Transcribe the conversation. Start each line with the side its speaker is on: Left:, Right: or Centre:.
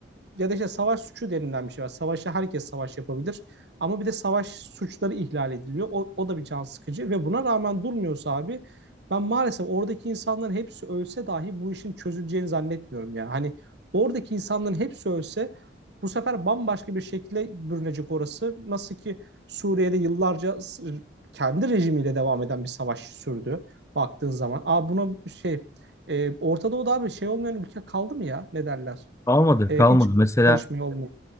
Right: ya da işte savaş suçu denilen bir şey var. Savaşa herkes savaş yapabilir ama bir de savaş suçları ihlal ediliyor. O, o da bir can sıkıcı ve buna rağmen durmuyorsa abi ben maalesef oradaki insanların hepsi ölse dahi bu işin çözüleceğini zannetmiyorum ya. Hani oradaki insanların hepsi ölse bu sefer bambaşka bir şekilde bürünecek orası. Nasıl ki Suriye'de yıllarca kendi rejimiyle devam eden bir savaş sürdü baktığın zaman. Aa buna şey e, Orta Doğu'da abi şey olmayan ülke kaldı mı ya? Ne derler?
Left: kalmadı
Right: E,
Left: kalmadı.
Right: hiç
Left: Mesela
Right: karışmıyor olmuyor.